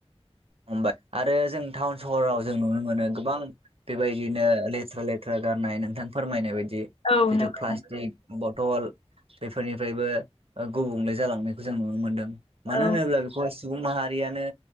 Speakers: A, on the right; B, on the left.
A: हबाय आरो जों टाउन सहराव जों नुनो मोनो गोबां बेबायदिनो लेथ्रा लेथ्रा गारनाय नोंथां फोरमायनाय बायदि
B: औ
A: जिथु
B: नंगौ
A: प्लास्टिक बथल बेफोरनिफ्रायबो गुबुंले जालांनायखौ जों नुनो मोनदों मानो
B: औ
A: होनोब्ला बेखौहाय सुबुं माहारियानो